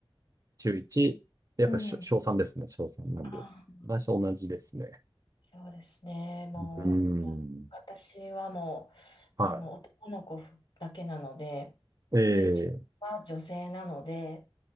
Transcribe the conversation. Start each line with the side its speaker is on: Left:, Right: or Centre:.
Right: 中1、やっぱり小小3ですね、
Left: うん。
Right: 小3なんで。
Left: あ
Right: 私と同じですね。
Left: そうですね。もう、
Right: うーん。
Left: 私はもう、
Right: は
Left: あの、男の子だけなので、
Right: い。
Left: で、自分は女性なので、
Right: ええ